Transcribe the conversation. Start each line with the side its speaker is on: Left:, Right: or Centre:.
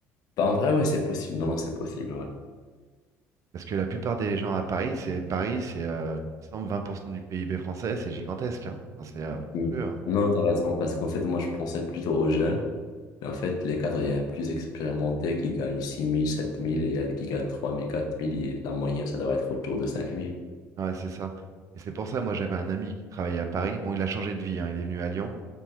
Left: Bah, en vrai, ouais, c'est possible. Non, non, c'est possible. ouais.
Right: parce que la plupart des gens à Paris, c'est Paris, c'est, euh, il me semble, 20% du PIB français, c'est gigantesque. hein. Enfin, c'est euh, monstrueux.
Left: Mm.
Right: hein.
Left: Non, t'as raison, parce qu'en fait, moi, je pensais plutôt aux jeunes. Mais en fait, les cadres, il y a plus expérimentés qui gagnent six mille sept mille et il y a qui gagnent trois mille quatre mille et la moyenne, ça doit être autour de cinq mille
Right: Ouais, c'est ça. Et c'est pour ça, moi, j'avais un ami qui travaillait à Paris. Bon, il a changé de vie, hein, il est venu à Lyon.